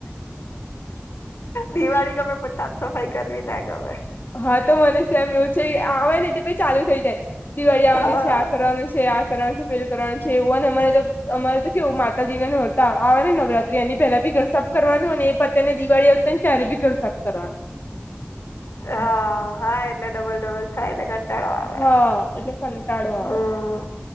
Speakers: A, on the left (about 80°); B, on the left (about 50°).
A: દિવાળી ગમે પણ સાફ સફાઈ કરવી ના ગમે.
B: હા તો મને સેમ એવું છે આવે ને એટલે પછી ચાલુ થઈ જાય. દિવાળી આવવાની
A: હા
B: છે આ કરવાની છે આ કરવાનું છે પેલું કરવાનું છે એવું અને અમારે જો અમારે તો કેવું માતાજીને નહોરતા આવેવા ને નવરાત્રી એની પહેલા બી ઘર સાફ કરવાનું અને એ પતે ને દિવાળી તૈયારે બી ઘર સાફ કરવાનું
A: હા હા એટલે ડબલ ડબલ થાયને કંટાળો આવે
B: હા એટલે કંટાળો આવે
A: હમ્મ